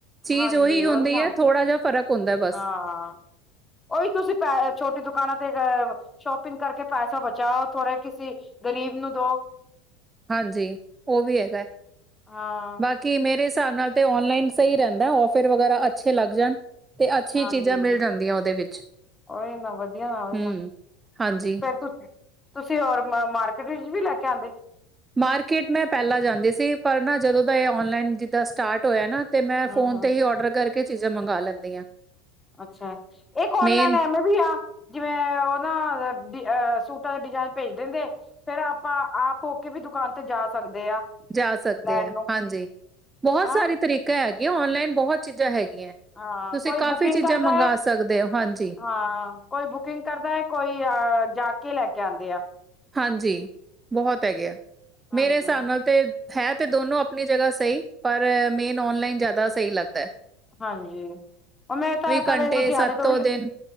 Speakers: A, on the right; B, on the left.
A: ਚੀਜ਼
B: ਹਾਂਜੀ
A: ਉਹੀ ਹੁੰਦੀ
B: ਨਾ
A: ਹੈ ਥੋੜਾ ਜਿ ਫਰਕ ਹੁੰਦਾ ਬਸ।
B: ਹਾਂ ਉਹੀ ਤੁਸੀਂ ਪ ਛੋਟੀ ਦੁਕਾਨਾਂ ਤੇ ਅ <unintelligible> ਸ਼ੋਪਿੰਗ ਕਰਕੇ ਪੈਸਾ ਬਚਾਓ ਥੋੜੇ ਕਿਸੇ ਗ਼ਰੀਬ ਨੂੰ ਦੋ।
A: ਹਾਂਜੀ ਉਹ ਵੀ ਹੈਗਾ
B: ਹਾਂ
A: ਬਾਕ ਕਿ ਮੇਰੇ ਹਿਸਾਬ ਨਾਲ ਤਾਂ ਔਨਲਾਈਨ ਸਹੀ ਰਹਿੰਦਾ ਔਫਰ ਵਗੈਰਾ ਅੱਛੇ ਲੱਗ ਜਾਣ। ਤੇ ਅੱਛੀ
B: ਹਾਂਜੀ
A: ਚੀਜ਼ਾਂ ਮਿਲ ਜਾਂਦੀਆਂ ਉਹਦੇ ਵਿੱਚ
B: ਉਹੀ ਨਾ ਵਧੀਆ ਨਾ ਉਹੀ
A: ਹੂੰ।
B: ਨਾ
A: ਹਾਂਜੀ,
B: ਫੇਰ ਤੁਸੀਂ ਹੋਰ ਮਾਰਕੀਟ ਵਿੱਚ ਵੀ ਲੈ ਕੇ ਆਣਦੇ।
A: ਮਾਰਕੀਟ ਮੈਂ ਪਹਿਲਾਂ ਜਾਂਦੀ ਸੀ ਪਰ ਨਾ ਜਦੋਂ ਦਾ ਇਹ ਔਨਲਾਈਨ ਜਿੱਦਾਂ ਸਟਾਰਟ ਹੋਇਆ ਨਾ ਤੇ ਮੈਂ
B: ਹੂੰ-ਹੂੰ,
A: ਫੋਨ ਤੇ ਹੀ ਔਡਰ ਕਰਕੇ ਚੀਜ਼ਾਂ ਮੰਗਵਾ ਲੈਂਦੀ ਹਾਂ।
B: ਅੱਛਾ ਇੱਕ ਔਨਲਾਈਨ
A: ਮੇਨ
B: ਐਵੇਂ ਵੀ ਆ ਜਿਵੇਂ ਉਹ ਨਾਹ ਸੂਟਾਂ ਦੇ ਡਿਜਾਇਨ ਭੇਜ ਦਿੰਦੇ। ਫੇਰ ਆਪਾਂ ਆਪ ਹੋ ਕੇ ਵੀ ਦੁਕਾਨ ਤੇ ਜਾ ਸਕਦੇ ਆ।
A: ਜਾ ਸਕਦੇ
B: ਲੈਣ
A: ਆ
B: ਨੂੰ
A: ਹਾਂਜੀ ਬਹੁਤ
B: ਹਾਂ
A: ਸਾਰੇ ਤਰੀ ਹੈਗੇ ਔਨਲਾਈਨ ਬਹੁਤ ਚੀਜ਼ਾਂ ਹੈਗੀਆਂ
B: ਹਾਂ
A: ਤੁਸੀਂ
B: ਕੋਈ
A: ਕਾਫ਼ੀ
B: ਬੁਕਿੰਗ
A: ਚੀਜ਼ਾਂ
B: ਕਰਦਾ
A: ਮੰਗਵਾ
B: ਹੈ
A: ਸਕਦੇ ਹੋ ਹਾਂਜੀ।
B: ਹਾਂ ਕੋਈ ਬੁਕਿੰਗ ਕਰਦਾ ਕੋਈ ਅ ਜਾ ਕੇ ਲੈ ਕੇ ਆਉਂਦੇ ਆ।
A: ਹਾਂਜੀ ਬਹੁਤ ਹੈਗੇ ਆ।
B: ਹਾਂਜੀ
A: ਮੇਰੇ ਹਿਸਾਬ ਨਾਲ ਤੇ ਹੈ ਤੇ ਦੋਨੋ ਆਪਣੀ ਜਗ੍ਹਾ ਸਹੀ ਪਰ ਮੇਨ ਓਨਲਾਈਨ ਜਿਆਦਾ ਸਹੀ ਲੱਗਦਾ ਹੈ।
B: ਹਾਂਜੀ ਉਹ ਮੈਂ ਤਾਂ ਕਦੇ
A: ਘੰਟੇ
B: ਲੁਧਿਆਣੇ
A: ਸੱਤੋ
B: ਤੋਂ ਵੀ ਲ
A: ਦਿਨ